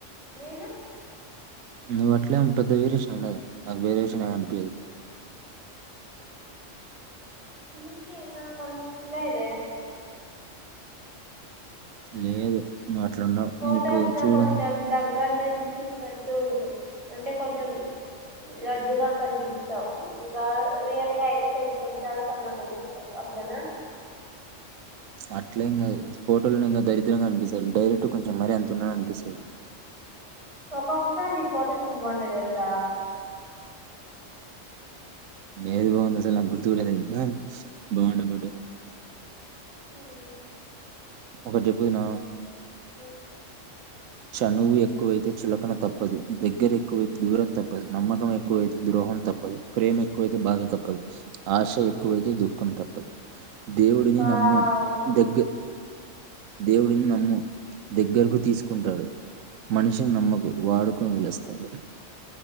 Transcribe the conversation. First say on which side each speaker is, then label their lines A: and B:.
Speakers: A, on the right; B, on the right.
A: నేను
B: నువ్వు అట్లేం పెద్ద వేరియేషన్ ఉండదు నాకు వేరియేషన్ ఏమీ అనిపీయదు
A: నీకే నా కని లేదే
B: లేదు నువ్వు అట్లున్నావు.
A: ఫొటోస్
B: నీకు
A: లో
B: చూడడం
A: కొంచెం దగ్గర నున్ చూసినట్టు ఉంటు అంటే కొంచెం లడ్డుగా కనిపిస్తావు ఇంకా రియల్గా అయితే కొంచెం చాలా సన్న కనిపిస్తావు అట్లనా
B: అట్లే యేంకాద ఫోటోలను ఇంకా దరిద్రంగా కనిపిస్తుంది డైరెక్ట్ కొంచెం మరీ అంత ఉన్నాని అనిపిస్తుంది
A: ఒక్కొక్కసారి నీ ఫోటోస్ ఎంత బాగుంటాయి తెలుసా
B: ఏది బాగుంది అసలు నా గుర్తు కూడ లేదు బాగుండ ఫోటో
A: హ్మ్మ్
B: ఒకటి చెప్పుదున
A: హ్మ్
B: చనువు ఎక్కువైతే చులకన తప్పదు దగ్గర ఎక్కువైతే దూరం తప్పదు నమ్మకం ఎక్కువైతే ద్రోహం తప్పదు ప్రేమ ఎక్కువైతే బాధ తప్పదు ఆశ ఎక్కువైతే దుఃఖం తప్పదు దేవుడిని
A: వావ్
B: నమ్ము దగ్గ దేవుడిని నమ్ము దగ్గరకు తీసుకు కుంటాడు మనిషిని నమ్మకు వాడుకుని వదిలేస్తాడు